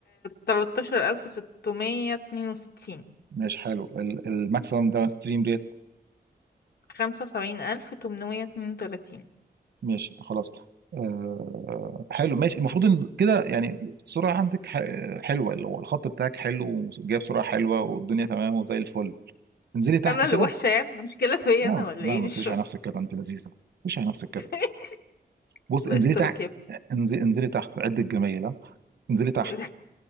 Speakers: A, on the left; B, on the right.
A: تلاتاشر ألف ستمية اتنين وستين
B: ماشي حلو الماكسيمم داون ستريم ريت
A: خمسة وسبعين ألف تمنمية اتنين وتلاتين
B: ماشي خلاص آه حلو ماشي المفروض ان كده يعني السرعه عندك ح- حلوه اللي هو الخط بتاعك حلو وجايب سرعه حلوه والدنيا تمام وزي الفل انزلي تحت
A: أنا اللي
B: كده
A: وحشة يعني المشكلة فيا
B: لا
A: أنا ولا
B: لا
A: إيه
B: ما
A: مش
B: تقوليش
A: فاهمة.
B: على نفسك كده انت لذيذه ما تقوليش على نفسك كده
A: <laughs>
B: بص
A: الله
B: انزلي
A: يسترك
B: تحت
A: يا
B: انزلي, انزلي تحت عد الجميله انزلي تحت
A: ابني